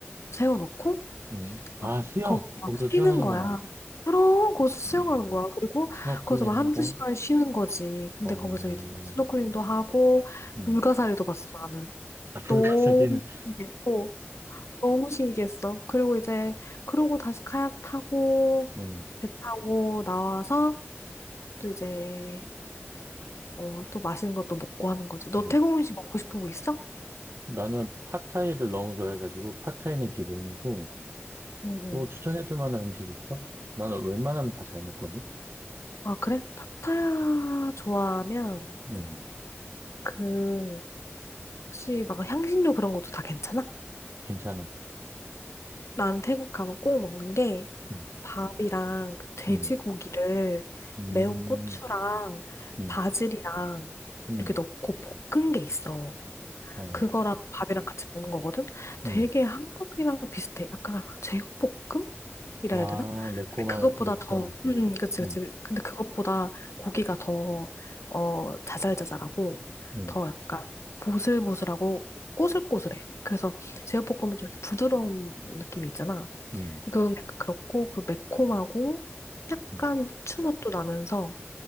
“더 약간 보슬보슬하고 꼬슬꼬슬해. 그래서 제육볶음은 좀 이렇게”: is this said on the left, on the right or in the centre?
Left